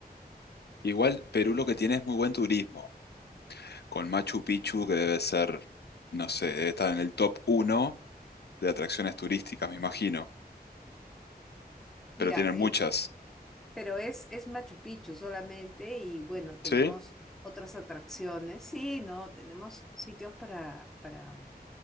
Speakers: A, on the left (about 80°); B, in the centre.
A: Igual Perú lo que tiene es muy buen turismo, con Machu Picchu que debe ser, no sé, debe estar en el top uno de atracciones turísticas, me imagino, pero
B: Mira,
A: tienen
B: eh,
A: muchas.
B: pero es, es Machu Picchu solamente y bueno, tenemos
A: ¿Sí?
B: otras atracciones. Sí, no, tenemos sitios para, para